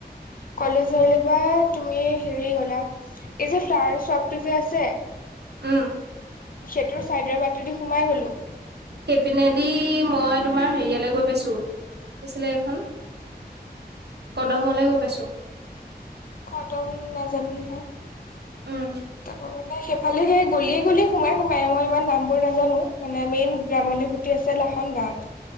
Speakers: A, on the left; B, on the right.
A: কলেজলৈ বা তুমি হেৰি গ'লা এই যে ফ্লাৰ শ্বপটো যে আছে।
B: উম।
A: সেইটোৰ চাইডৰ বাটেদি সোমাই গ'লো।
B: সেইপিনেদি মই তোমাৰ হেৰিয়ালৈ গৈ পাইছো। কি আছিলে এখন কদমলে গৈ পাইছো।
A: খটম নাজানো নহয়।
B: উম
A: তাপা মানে সেইফালে সেই গলিয়ে- গলিয়ে সোমাই- সোমাই মই ইমান নাম বোৰ নাজানো মানে মেইন গ্ৰাম ভোতি আছে লাহন গাৱত